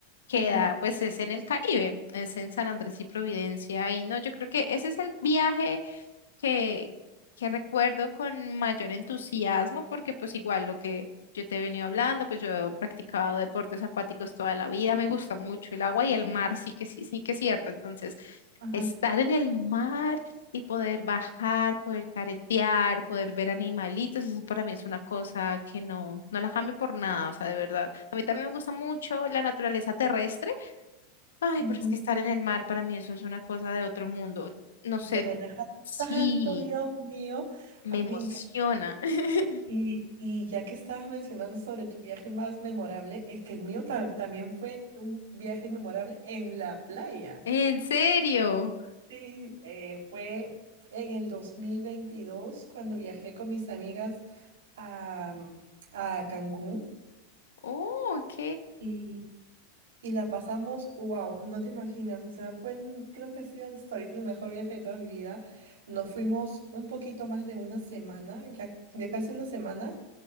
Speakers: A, on the left (about 80°); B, on the right (about 80°).
A: queda,
B: Ajá,
A: pues es en el Caribe, es en San Andrés y Providencia, y no, yo creo que ese es el viaje. que, que recuerdo con mayor entusiasmo, porque pues igual lo que yo te he venido hablando, pues yo he practicado deportes acuáticos toda la vida, me gusta mucho el agua y el mar, sí que sí, sí que es cierto. Entonces,
B: ajá.
A: estar en el mar y poder bajar, poder caretear, poder ver animalitos, eso para mí es una cosa que no, no la cambio por nada, o sea, de verdad. A mí también me gusta mucho la naturaleza terrestre. Ay,
B: ujú.
A: pero es que estar en el mar para mí eso es una cosa de otro mundo. No
B: Y
A: sé,
B: te relaja
A: sí,
B: tanto, Dios mío.
A: me
B: A mí
A: emociona.
B: me encanta.
A: <laughs>
B: Y, y ya que estabas mencionando sobre tu viaje más memorable, es que el mío tam- también fue un viaje memorable en la playa.
A: ¿En serio?
B: Sí, eh, fue en el 2022 cuando viajé con mis amigas a, mm, a Cancún
A: Oh, ok.
B: y, y la pasamos, wow, no te imaginas, o sea, fue el- creo que ha sido hasta ahorita el mejor viaje de toda mi vida. Nos fuimos un poquito más de una semana, ya, ya casi una semana.